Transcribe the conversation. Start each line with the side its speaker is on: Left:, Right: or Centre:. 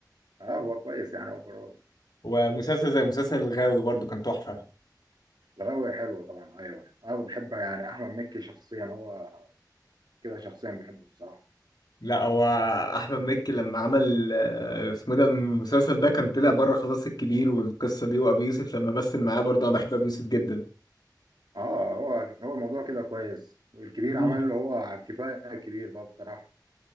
Right: اه هو كويس يعني اوفرول
Left: ومسلسل زي مسلسل الغاوي برضو كان تحفة
Right: الغاوية حلوة طبعا ايوه انا بحب يعني احمد مكي شخصيا هو كده شخصيا بحبه بصراحة
Left: لا هو أحمد مكي لما عمل آه، اسمه ده المسلسل ده كان طلع بره خلاص الكبير والقصة دي وأبي يوسف لما مثل معاه برضه أنا بحب أبي يوسف جدا
Right: اه هو هو الموضوع كده كويس الكبير
Left: مم.
Right: عمل له هو على الكفايه الكبير بقى بصراحه